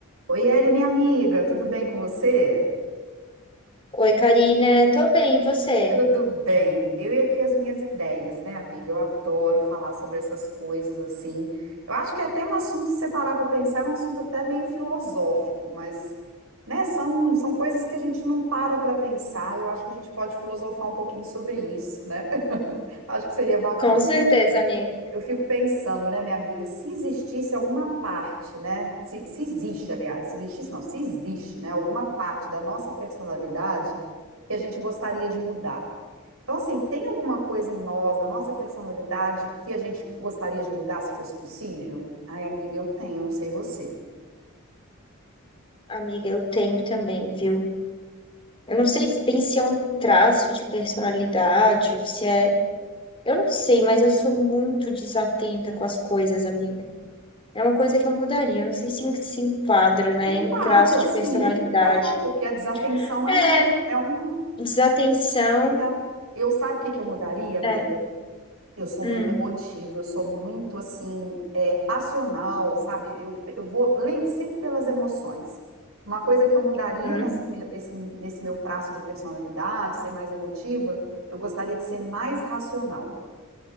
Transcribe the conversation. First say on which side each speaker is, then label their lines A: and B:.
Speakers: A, on the right; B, on the left.
A: Oi, Eli, minha amiga, tudo bem com você?
B: Oi, Karina, tô bem, e você?
A: Tudo bem. Eu e aqui as minhas ideias, né, amiga? Eu adoro falar sobre essas coisas assim. Eu acho que é até um assunto, se separar para pensar, é um assunto até meio filosófico, mas, né, são, são coisas que a gente não para para pensar. Eu acho que a gente pode filosofar um pouquinho sobre isso, né? <laughs> Acho que seria bacana.
B: Com certeza, ami-
A: Eu fico pensando, né, minha amiga, se existisse alguma parte, né? Se, se existe, aliás, se existisse, não, se existe, né, alguma parte da nossa personalidade que a gente gostaria de mudar. Então, assim, tem alguma coisa em nós, na nossa personalidade, que a gente gostaria de mudar se fosse possível? Ai, amiga, eu tenho, não sei você.
B: amiga, eu tenho também, viu? Eu não sei bem se é um traço de personalidade ou se é. Eu não sei, mas eu sou muito desatenta com as coisas, amiga. É uma coisa que eu mudaria. Eu não sei se en- se enquadra, né,
A: Se enquadra,
B: em traço de
A: sim,
B: personalidade.
A: é, porque a desatenção
B: É,
A: é um, é um, é um-
B: desatenção.
A: é. Eu sabe o que que eu mudaria, amiga?
B: É.
A: Eu sou
B: Hum,
A: muito emotiva, eu sou muito assim, é, passional, sabe? Eu, eu vou lem- sempre pelas emoções. Uma coisa que eu mudaria
B: uhum,
A: nessa me- esse- nesse meu traço de personalidade, ser mais emotiva, eu gostaria de ser mais racional